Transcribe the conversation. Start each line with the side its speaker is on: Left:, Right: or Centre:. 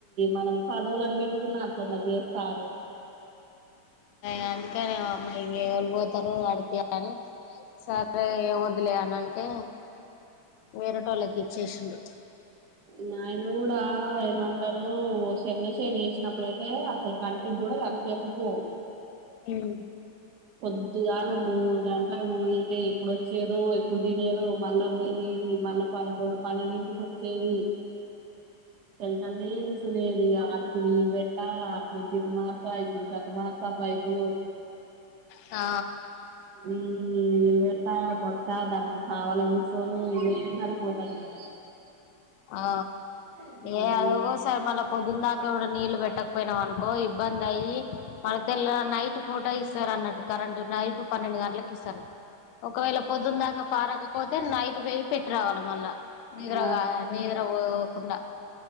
Right: మనం పనోళ్లని పెట్టుకున్న తొందర జేస్తారు
Left: అయా అందుకనే ఇవో అమ్మా ఎవి ఎవల్ పోతరో <unintelligible> అని సరే ఇగ వదులేయి అని అంటే వేరేటోళ్ళకి ఇచ్చేసింరు
Right: నాయన కూడా ఆ ఏమంటరూ శెనగ షేన్ ఎసినప్పుడయితే అసలు కంటిక్ గూడా కనిపియకపోవు
Left: హమ్
Right: పొద్దుగాల మూడు గంటలకు పోయి అత్తే ఎప్పుడచ్చేదో ఎప్పుడు తినేదో మళ్ళా పోయి ఏది ఈ మళ్ళ పదకొండు పన్నెండింటికి ఒచ్చేది <unintelligible> కూసునేది ఆటికి నీళ్ళు బెట్టా మంచిగా మాట్లయిత చక్క మాసపైతులు
Left: ఆ
Right: ఉమ్ వెట్టా కొట్టా దానికి కావాలని సోనూ ఏం సరిపోతదిగా
Left: ఆ
Right: ఇగ
Left: ఏ అదో గోస మళ్ళీ పొద్దున్ దాకా కూడా నీళ్ళు పెట్టక్ పోయినవనుకో ఇబ్బందయి మళ్ళ తెల్ల నైట్ పూట ఇస్తరు అన్నట్టు కరెంట్ నైట్ పన్నెండు గంటలకి ఇస్తరు ఒకవేళ పొద్దున్ దాకా పారకపోతే నైట్ బేయి పెట్టి రావాల మళ్ళ నిద్ర
Right: ఆ
Left: గా నిద్రా పోకుండా